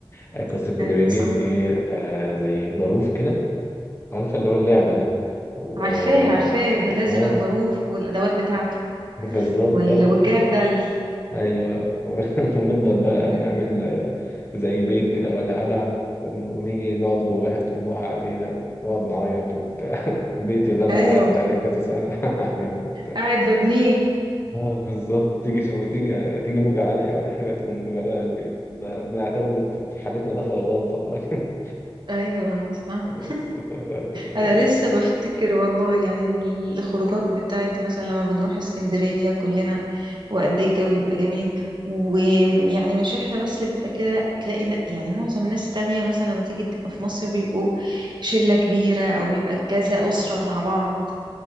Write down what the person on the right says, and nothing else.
<laughs>
ايوه
صح
عارفاه عارفاه ده
لازم الجاروف والادوات بتاعته
وال-
والجردل
<laughs>
ايوه
قاعد ببنيه
ايوه صح
انا
لسه بفتكر والله يعني الخروجات بتاعت مثلا لما بنروح اسكندرية كلنا وقد ايه الجو بيبقى جميل ويعني مش احنا بس اللي بنبقى كده لا تلاقي ن- يعني معظم الناس التانية مثلا لما تيجي تبقى في مصر بيبقوا شلة كبيرة او بيبقى كذا أسرة مع بعض